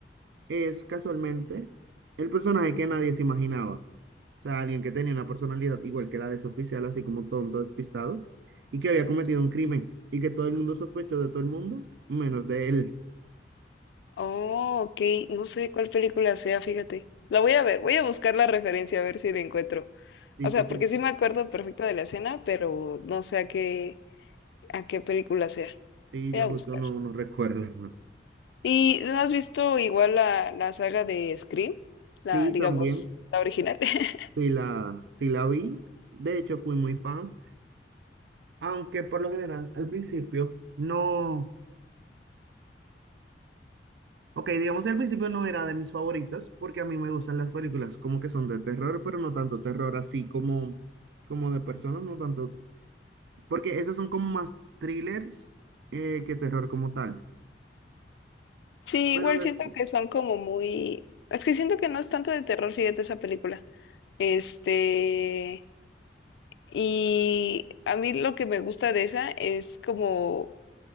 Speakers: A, on the right (about 70°); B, on the left (about 70°).
A: es casualmente el personaje que nadie se imaginaba. O sea, alguien que tenía una personalidad igual que la de su oficial, así como tonto, despistado, y que había cometido un crimen, y que todo el mundo sospechó de todo el mundo, menos de él.
B: Oh, ok, no sé cuál película sea, fíjate. La voy a ver, voy a buscar la referencia a ver si la encuentro.
A: Sí,
B: O
A: porque
B: sea, porque sí me acuerdo perfecto de la escena, pero no sé a qué, a qué película sea.
A: sí,
B: Voy
A: yo
B: a buscar.
A: justo no, no recuerdo. <laughs>
B: ¿Y no has visto igual la, la saga de Scream? La,
A: Sí,
B: digamos,
A: también,
B: la original. <laughs>
A: sí la, sí la vi. De hecho, fui muy fan, aunque por lo general al principio no. Ok, digamos que al principio no era de mis favoritas porque a mí me gustan las películas como que son de terror, pero no tanto terror así como, como de personas, no tanto, porque esas son como más thrillers eh, que terror como tal.
B: Sí,
A: Pero
B: igual
A: después,
B: siento que son como muy... Es que siento que no es tanto de terror, fíjate esa película. Este... Y a mí lo que me gusta de esa es como